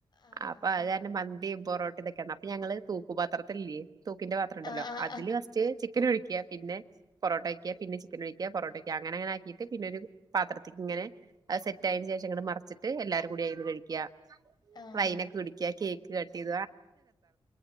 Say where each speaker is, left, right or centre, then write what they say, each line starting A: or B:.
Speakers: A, on the left; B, on the right.
A: ആഹ്
B: അപ്പൊ അതാണ് മന്തി- പൊറോട്ട യൊക്കെണ് അപ്പൊ ഞങ്ങള് തൂുപാത്രത്തില്ലേ തൂക്കിന്റെ പാത്രംണ്ടല്ലോ
A: ആഹ്
B: അതില് ഫസ്റ്റ് ചിക്കൻ ഒഴിക്കുക പിന്നെ പൊറോട്ട വക്കുക പിന്നെ ചിക്കൻ വക്കുക പൊറോട്ട ആ അങ്ങനെ അങ്ങനൊക്കീയിട്ട് പിന്നെരു- പാത്രത്തിേക്ക് ഇങ്ങനെ സെറ്റ ആയതിനന് ശേഷം ഇങ്ങടെ മറച്ചിട്ട് എല്ലാരും കൂടി കഴിക്ക
A: ആഹ് ആഹ്
B: വൈനൊക്കെ കുടിക്ക കേക്ക് കട്ട <unintelligible>